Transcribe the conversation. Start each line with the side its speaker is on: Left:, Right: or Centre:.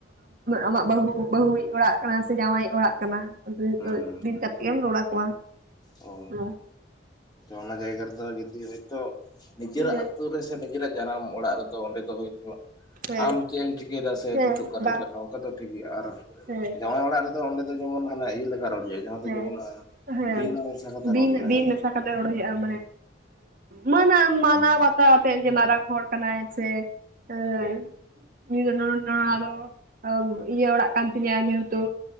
Right: ᱟᱢᱟᱜ ᱵᱟᱹᱦᱩ ᱵᱟᱹᱦᱩᱭᱤᱡ ᱚᱲᱟᱜ ᱠᱟᱱᱟ ᱥᱮ ᱡᱟᱶᱟᱭᱤᱡ ᱚᱲᱟᱜ ᱠᱟᱱᱟ ᱚᱸᱰᱮ ᱦᱚᱸᱛᱚ
Left: ᱦᱩᱸ ᱦᱩᱸ
Right: ᱵᱤᱱ
Left: ᱦᱩᱸ
Right: ᱠᱟᱛᱮᱜ ᱮᱢ ᱨᱚᱲ ᱟᱠᱚᱣᱟ
Left: ᱚ
Right: ᱦᱮᱸ
Left: ᱚᱱᱟ ᱡᱟᱭᱜᱟ ᱨᱮᱫᱚ ᱡᱩᱫᱤ ᱦᱳᱭᱛᱳ ᱱᱤᱡᱮᱨᱟᱜ
Right: ᱦᱮᱸ
Left: ᱟᱛᱩ ᱨᱮ ᱥᱮ ᱱᱤᱡᱮᱨᱟᱜ ᱡᱟᱱᱟᱢ ᱚᱲᱟᱜ ᱨᱮᱫᱚ ᱚᱸᱰᱮ ᱫᱚ ᱦᱳᱭᱛᱳ
Right: ᱦᱮᱸ
Left: ᱟᱢ ᱪᱮᱫ ᱮᱢ ᱪᱤᱠᱟᱹᱭ ᱫᱟ ᱥᱮ
Right: ᱦᱮᱸ
Left: ᱱᱤᱛᱳᱜ ᱚᱠᱟᱛᱮᱢ
Right: ᱵᱟᱝ
Left: ᱪᱟᱞᱟᱜ ᱚᱱᱠᱟ ᱫᱚ ᱴᱷᱤᱠᱜᱮᱭᱟ ᱟᱨ
Right: ᱦᱮᱸ
Left: ᱡᱟᱶᱟᱭ ᱚᱲᱟᱜ ᱨᱮᱫᱚ ᱚᱸᱰᱮ ᱡᱮᱢᱚᱱ ᱦᱟᱱᱮ ᱤᱭᱟᱹ ᱞᱮᱠᱟ ᱨᱚᱲ ᱦᱩᱭᱩᱜ-ᱟ ᱡᱟᱦᱟᱸ
Right: ᱦᱮᱸ
Left: ᱫᱚ ᱡᱮᱢᱚᱱ
Right: ᱦᱮᱸ
Left: ᱵᱤᱱ ᱢᱮᱥᱟ ᱠᱟᱛᱮ
Right: ᱵᱤᱱ
Left: ᱨᱚᱲ ᱦᱩᱭᱩᱜᱼᱟ
Right: ᱵᱤᱱ
Left: ᱦᱮᱸ ᱵᱟᱝ
Right: ᱢᱮᱥᱟ ᱠᱟᱛᱮᱜ ᱨᱚᱲ ᱦᱩᱭᱩᱜᱼᱟ ᱢᱟᱱᱮ ᱢᱟᱹᱱᱟᱱ ᱢᱟᱱᱟᱣ ᱵᱟᱛᱟᱣ ᱟᱛᱮ ᱜᱮ ᱢᱟᱨᱟᱝ ᱦᱚᱲ ᱠᱟᱱᱟᱭ ᱥᱮ ᱦᱮᱸ <unintelligible> ᱤᱭᱟᱹ ᱚᱲᱟᱜ ᱠᱟᱱ ᱛᱤᱧᱟ ᱡᱮᱦᱮᱛᱩ